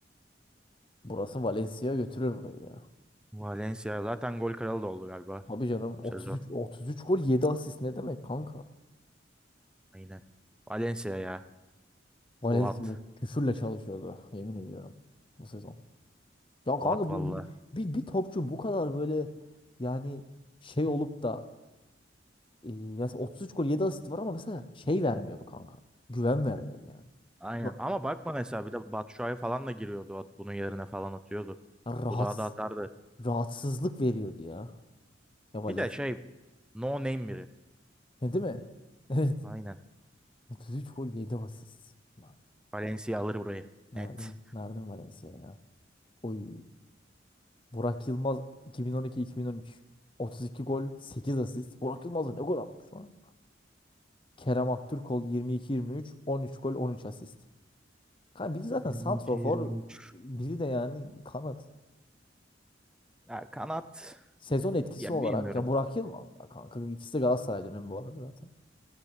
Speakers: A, on the left; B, in the centre.
A: Burası Valencia götürür burayı ya.
B: Valencia zaten gol kralı da oldu galiba
A: Tabii canım
B: bu
A: 33
B: sezon.
A: 33 gol 7 asist ne demek kanka?
B: Aynen. Valencia ya.
A: Valencia
B: Boat.
A: küfürle çalışıyordu yemin ediyorum bu sezon. Ya kanka
B: Boat valla.
A: bir, bir, bir, bir topçu bu kadar böyle yani şey olup da e, yani 33 gol 7 asist var ama mesela şey vermiyordu kanka. Güven vermiyordu yani.
B: Aynen.
A: Ya
B: Ama bakma mesela bir de Batshuayi falan da giriyordu. at- Bunun yerine falan atıyordu.
A: Rahat,
B: Bu daha da atardı.
A: rahatsızlık veriyordu ya. Ya Valez.
B: Bir de şey no name biri.
A: Ne değil mi? <laughs> Evet.
B: Aynen.
A: 33 gol 7 asist. Vay.
B: Valencia alır burayı.
A: Verdim,
B: Net.
A: verdim Valencia'ya ya. Oy. Burak Yılmaz 2012-2013. 32 gol 8 asist. Burak Yılmaz da ne gol atmış lan? Kerem Aktürkoğlu 22-23. 13 gol 13 asist. Kanka biri zaten
B: 22-23.
A: santrofor, biri de yani kanat.
B: Ya kanat
A: Sezon etkisi
B: ya
A: olarak
B: bilmiyorum.
A: ya Burak Yılmaz ya kanka. İkisi de Galatasaray dönemi bu arada zaten.